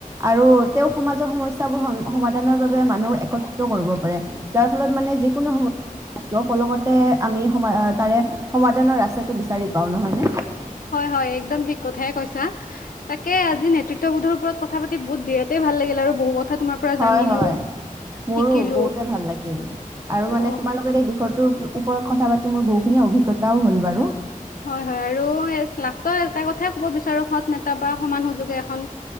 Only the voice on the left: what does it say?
হয় হয় একদম ঠিক কথাই কৈছা তাকে আজি নেতৃত্ববোধৰ ওপৰত ক- কথা পাতি বহুত বিয়াতেই ভাল লাগিল আৰু বহু কথা তোমাৰ পৰা
জানিলো।
শিকিলো
অ
হয় হয় আৰু লাষ্টৰ এটা কথাই ক'ব বিচাৰো সৎ নেতা বা সমান সুযোগে এখন